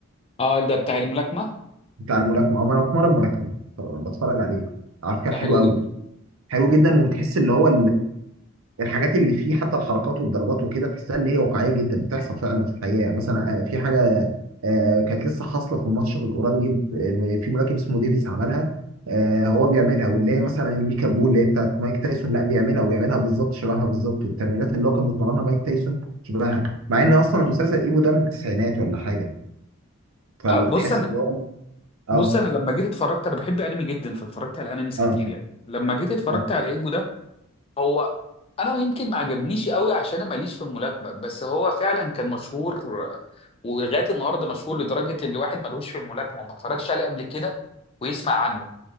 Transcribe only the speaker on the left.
اه ده بتاع الملاكمه
ده
حلو
جدا
آه بص انا
بص انا لما جيت اتفرجت انا بحب انمي جدا فاتفرجت على انميز
كتير يعني لما جيت اتفرجت
على ايبو ده هو انا يمكن ما عجبنيش قوي عشان انا ماليش في الملاكمه بس هو فعلا كان مشهور آه، ولغايه النهارده مشهور لدرجه ان الواحد ملوش في الملاكمه وما اتفرجش عليه قبل كده ويسمع عنه